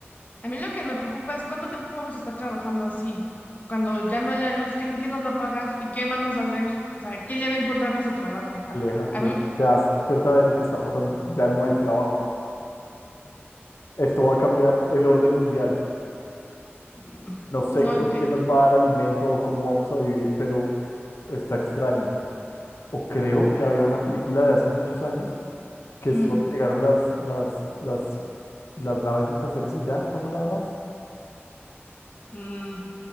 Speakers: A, on the left; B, on the left.
A: A mí lo que me preocupa es cuánto tiempo vamos a estar trabajando así. Cuando ya no haya luz, ¿quién, quién nos va a pagar? ¿Y qué vamos a hacer? O sea, ¿quién le va a importar nuestro trabajo?
B: Aléjate,
A: A mí,
B: te das cuenta de lo que está pasando, ya no hay trabajo. Esto va a cambiar el orden mundial.
A: mm,
B: No sé
A: no,
B: co-
A: yo-
B: quién nos va a dar alimento o cómo vamos a vivir, pero está extraño. O creo que había una película de hace muchos años que
A: mm,
B: solo llegaron las, las, las, las naves espaciales y ya no pasó nada más.
A: mm.